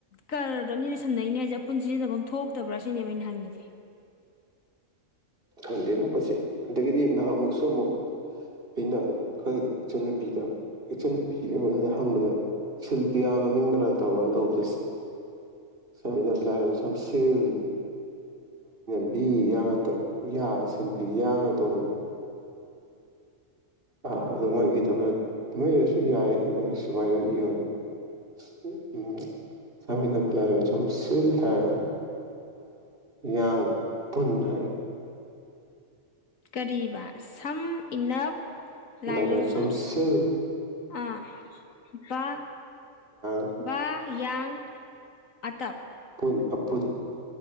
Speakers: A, on the left (about 85°); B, on the right (about 45°).
A: ꯀꯔꯗꯣ ꯑꯅꯤꯗꯨꯣ ꯁꯝꯅꯔꯤꯅꯤ ꯍꯥꯏꯁꯦ ꯑꯄꯨꯟ ꯁꯤꯖꯤꯟꯅꯐꯝ ꯑꯃ ꯊꯣꯛꯇꯕ꯭ꯔꯥ ꯁꯤꯅꯦꯕ ꯑꯩꯅ ꯍꯪꯉꯤꯁꯦ
B: ꯈꯪꯗꯦꯕꯣ ꯃꯁꯤ ꯑꯗꯒꯤꯗꯤ ꯅꯍꯥꯟꯃꯨꯛꯁꯨ ꯑꯃꯨꯛ ꯑꯩꯅ ꯈꯪ ꯏꯆꯟꯅꯨꯄꯤꯗ ꯏꯆꯟꯅꯨꯄꯤꯅ ꯍꯪꯕꯗ ꯁꯤꯜꯄꯤꯌꯥ ꯃꯃꯤꯡ ꯕꯅꯥꯟ ꯇꯧꯔꯣꯅ ꯇꯧꯕ <unintelligible> <unintelligible> ꯕꯤ ꯌꯥꯝ ꯑꯥꯇꯞ ꯌꯥ ꯁꯤꯟꯕꯤ ꯌꯥꯅ ꯇꯧꯕꯗꯣ ꯑꯥ ꯑꯗꯨ ꯃꯣꯏ ꯏꯗꯕꯩ ꯑꯃꯥꯏ ꯏꯔꯁꯨ ꯌꯥꯏ ꯑꯗꯨ ꯑꯗꯨꯃꯥꯏꯅ ꯌꯥꯝꯅ ꯎ ꯆꯥꯃꯤꯟꯅꯕ ꯂꯩꯔ ꯁꯨꯝ ꯁꯤꯜ ꯊꯥꯔꯒ ꯌꯥꯡ ꯄꯨꯟ ꯍꯥꯏ
A: ꯀꯔꯤꯕꯥ ꯁꯝ ꯏꯅꯞ ꯂꯥꯏ
B: ꯂꯏꯂꯣꯞꯁꯨꯝ
A: ꯂꯣꯏꯁꯨꯝ
B: ꯁꯤꯜ
A: ꯑꯥ ꯕꯥ
B: <unintelligible>
A: ꯕꯥ ꯌꯥꯡ ꯑꯥꯇꯞ
B: ꯄꯨꯨꯟ ꯑꯄꯨꯟ